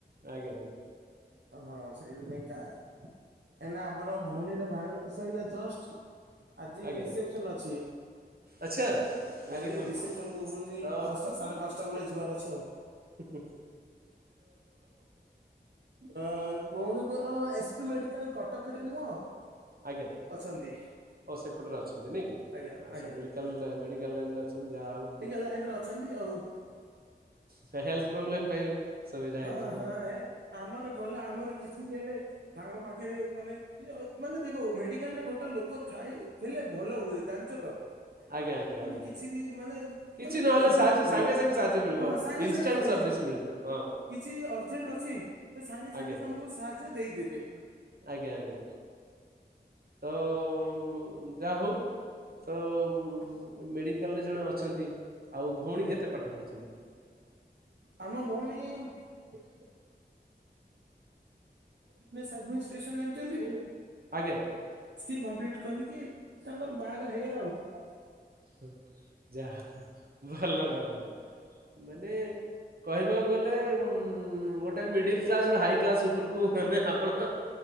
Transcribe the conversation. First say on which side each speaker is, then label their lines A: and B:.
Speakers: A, on the right; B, on the right.
A: ଆଜ୍ଞା ଆଜ୍ଞା
B: ହଁ ସେଇଥିପାଇଁ କା ଏନା ଆମର ଭଉଣୀର ବାହାଘର ସଇଲା ଜଷ୍ଟ ଆଜି
A: ଆଜ୍ଞା
B: ରିସେପସନ୍
A: ଆଜ୍ଞା
B: ଅଛି।
A: ଆଚ୍ଛା ଭେରି
B: ଆଜ୍ଞା
A: ଗୁଡ
B: ରିସେପସନ୍ କୁ ଭୁନି
A: ତ
B: ପାଂଚଟା ସାଢେ ପାଂଚଟା ବେଳେ ଯିବାର ଅଛି ଆଉ।
A: ହୁ ହୁ।
B: ଆ ଭଉଣୀ ମୋର ଏସପି ମେଡି କାଲ୍ କଟକ ରେ ନୁହଁ
A: ଆଜ୍ଞା।
B: ଅଛନ୍ତି
A: ଓ ସେପଟରେ ଅଛନ୍ତି ନାଇଁ କି।
B: ଆଜ୍ଞା
A: ଆ
B: ଆଜ୍ଞା
A: ସେ ମେଡିକାଲରେ ମେଡିକାଲ ଲାଇନରେ ଅଛନ୍ତି ଯାହା ହଉ
B: ଲାଇନରେ ଅଛନ୍ତି ଆଉ
A: ସେ ହେଲ୍ଥ ପ୍ରୋବ୍ଲେମ୍ ପାଇଁ ସୁବିଧା
B: ହଁ
A: ହେଇଯିବ।
B: ହଁ ହେ ଆମର ଭଲ ଆମର କିଛି ବି ହେଲେ ତାଙ୍କ ପାଖରେ ମାନେ ମାନେ ଦେଖ ମେଡି କାଲରେ ଗୋଟେ ଲୋକ ଥାଇ ଥିଲେ ଭଲ ହୁଏ ଜାଣିଛ ତ
A: ଆଜ୍ଞା ଆଜ୍ଞା
B: ମାନେ
A: ଆଜ୍ଞା
B: କିଛି ବି ମାନେ
A: କିଛି
B: ମାନେ
A: ନହେଲେ
B: ଟିକେ ହୁଏ
A: ସାହାଯ୍ୟ
B: ଭଲ
A: ସାଙ୍ଗେ ସାଙ୍ଗେ ସାହାଯ୍ୟ ମିଳିବ।
B: ହଁ ସାଙ୍ଗେ
A: ଇନଷ୍ଟାଣ୍ଟ
B: ସାଙ୍ଗେ ପାଇ
A: ସର୍ଭିସ୍ ମିଳିବ ହଁ
B: କିଛି ଅର୍ଜେଣ୍ଟ ଅଛି ତ ସାଙ୍ଗେ ସାଙ୍ଗେ
A: ଆଜ୍ଞା
B: ତମକୁ ସାହାଯ୍ୟ ଦେଇଦେବେ <unintelligible>
A: ଆଜ୍ଞା ଆଜ୍ଞା ତ ମୁଁ ଯାହଉ ତ ଉ ମେଡିକାଲରେ ଜଣେ ଅଛନ୍ତି ଆଉ ଭଉଣୀ
B: ଆଜ୍ଞା
A: କେତେ ପାଠ ପଢିଛନ୍ତି?
B: ଆମ ଭଉଣୀ <unintelligible> ଜିନେସ୍ ଆଡମିନିଷ୍ଟ୍ରେସନ୍ ଜାଣିଛନ୍ତି?
A: ଆଜ୍ଞା
B: ସିଏ କମ୍ପ୍ଲିଟ୍ କରିକି ତାଙ୍କର ବାହାଘର ହେଇଗଲା ଆଉ।
A: ଓ ଯାଆ ଭଲ କଥା ମାନେ କହିବାକୁ ଗଲେ ମ ଉଁ ଗୋଟେ ମିଡିଲ କ୍ଲାସ ରୁ ଆଇ କ୍ଲାସ ଉପରକୁ ଏବେ ଆପଣ